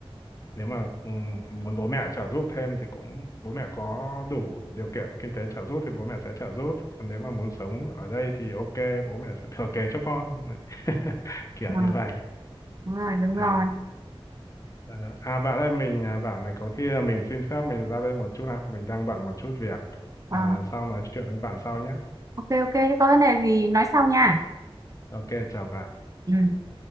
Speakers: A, on the left; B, on the right.
A: nếu mà ừ, muốn bố mẹ trợ giúp thêm thì cũng bố mẹ có đủ điều kiện kinh tế trợ giúp thì bố mẹ sẽ trợ giúp còn nếu mà muốn sống ở đây thì ok bố mẹ sẽ thừa kế cho con Đấy. <laughs> kiểu
B: Ờ,
A: như vậy
B: đúng rồi đúng rồi
A: à, à à, bạn ơi mình à, bảo này có khi là mình xin phép mình ra đây một chút nào mình đang bận một chút việc
B: Ờ,
A: à, sau nói chuyện với bạn sau nhé
B: ok ok thế có vấn đề gì nói sau nha
A: ok chào bạn
B: ừ.